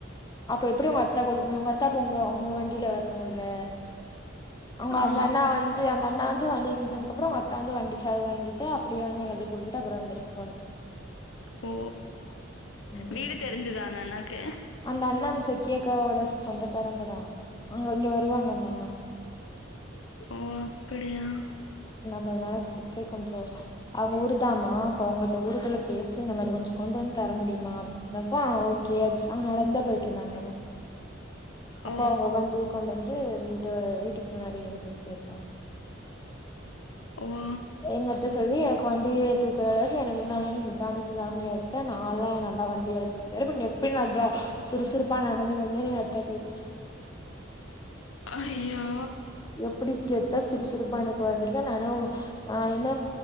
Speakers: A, on the left (about 20°); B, on the left (about 80°).
A: அப்ப எப்டி உங்க அத்தா கொடுக் உங்க அத்தா உங்க அவுங்க வண்டில வர்ணுல்ல அவுங்க
B: ஆ
A: அந்த அண்ணா வந்து அந்த அண்ணா வந் து வண்டி நித்ததுக்கு அப்றோ அத்த வந்து வண்டி சாவி வாங்கிட்டு அப்டியே வந்து எங்கள்ட்ட குடுத்துட்டு அப்றோ வந்துருக்கு போ
B: ஓ
A: ம்
B: வீடு தெரிஞ்சுதா அந்த அண்ணாக்கு
A: அந்த அண்ணா அந்த செக்கி அக்காவோட சொந்தக்காரங்க தா அங்க இங்க வருவாங்க அந்த அண்ணா
B: ஓ அப்பிடியா
A: னால குடுத்து கொஞ்சோ அவங்க ஊரு தாமா இப்ப உங்கள்ட ஊருக்குள்ள பேசி இந்த மரி கொஞ்சோ கொண்டு வந் த முடியுமா <unintelligible> ஓகே அவங்க நடந்தா போயிட்ருந்தாங்லா அப்ப
B: ஓ
A: அவங்க வண்டி கொண் வந்த ஏ வீட்டு வீட்டுக்கு முன்னாடி <unintelligible> இருக்கா
B: ஓ ஓ
A: எங்கத்த சொல்லி கு வண்டிய தூக்றளவுக்கு எனக்கு <unintelligible> நிதானம் இல்லாமையா இருக்கே நான்லா என்னாலலா வண்டிய எடுக்க முடியாது போயி நீ <unintelligible> சுறுசுறுப்பா நடந்து வந்தேனு ஏ அத்த கேக்குது
B: அய்யோ
A: எப்டி கெத்தா சுறுசுறுப்பா இன்னக்கு வந்துருக்கே நா என்ன நா என்ன